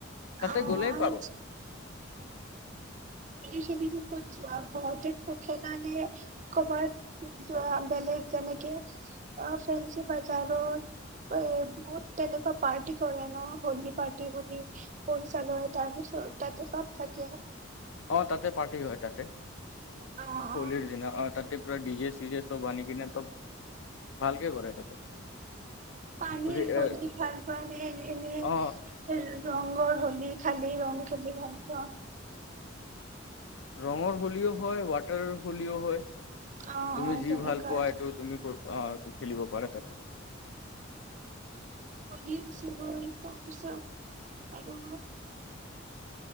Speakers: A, on the left; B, on the right.
A: তাতে
B: অ'
A: গ'লেই পাবা
B: আচ্ছা এই খিনিত ক'ত যোৱা ঘৰতে পখিলা দিয়ে ক'বাত যোৱা, বেলেগ যেনেকে ফেঞ্চি বজাৰত এ বহুত তেনেকুৱা পাৰ্টি কৰে ন হলি পাৰ্টি বুলি পইচালয় তাৰ পিছত তাতে চব থাকে।
A: অ তাতে পাৰ্টি হয়। তাতে
B: অ', অ',
A: হলীৰ দিনা, অ' তাতো- পোৰা ডিজে চিজে চব আনি কিনে তব ভালকে কৰে তাতে।
B: পানী
A: অ
B: হলী খেলবানে অনেই এনে
A: অ
B: ৰঙৰ হলী খালি ৰং খেলি ভাল পাওঁ
A: ৰংৰ বুলিয কয় । ৱাটাৰৰ হোলীও হয়।
B: অ
A: তুমি
B: অ
A: যি
B: তেনেকুৱা
A: ভাল পোৱা এইটো তুমি ক অ' খেলিব পাৰে তাতে
B: ইন চোৱাই তাৰপিছত আৰু